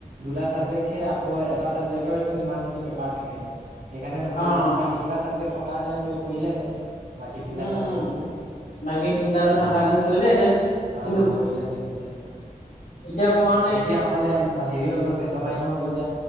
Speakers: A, on the right (about 85°); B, on the left (about 80°).
A: দুটা চাবজেক্ট সে আকৌ এটা চাবজেক্টৰেচোন ইমান খিনি পেপাৰ থাকে। সেইকাৰণে নপৰিলে
B: অ', অ',
A: আক'বাকী কেইটা চাবজেক্ট থকা হলে তো পৰিলেহেঁতেন বাকী তিনিটা
B: উম,
A: চাবজেক্টটো।
B: উম। বাকী তিনটাতো থকাহেঁতেন
A: উম,
B: পৰিলেহেঁতেন
A: আঁ,
B: কিন্তু
A: পৰিলে হেতেন তেতিয়া।
B: এতিয়া পৰা নাই
A: এতিয়া অকলে হেৰি হৈ গ'ল মেজৰ মাইনৰ হৈ গ'ল যে,